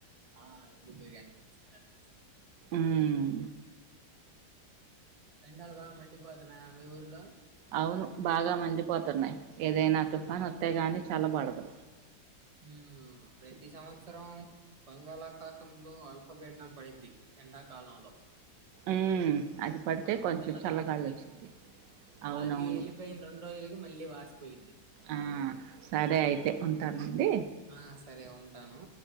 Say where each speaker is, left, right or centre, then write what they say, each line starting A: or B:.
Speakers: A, on the right; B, on the right.
A: ఆ ఎగ్ బిర్యాని మర్చిపోయాను మర్చిపోయాను
B: హ్మ్మ్
A: ఎండల్ బాగా మండి పోతున్నాయ మీ ఊర్లో
B: అవును బాగా మండిపోతున్నాయి ఏదైనా
A: హ్మ్.
B: తుఫాను వత్తే గాని చల్లబడదు.
A: హ్మ్ ప్రతి సంవత్సరం బంగాళాఖాతంలో అల్పపీడనం పడింది. ఎండాకాలంలో
B: మ్మ్ అది పడితే
A: అప్పుడు
B: కొంచెం
A: చల్లగా
B: చల్లగాలి
A: ఉంటుద్ది.
B: వచ్చింది. అవునవును
A: అది వెళ్ళిపోయిన రెండు రోజులకి మళ్ళీ వాసిపోయిద్ది
B: ఆ సరే అయితే ఉంటానండి
A: ఆ సరే ఉంటాను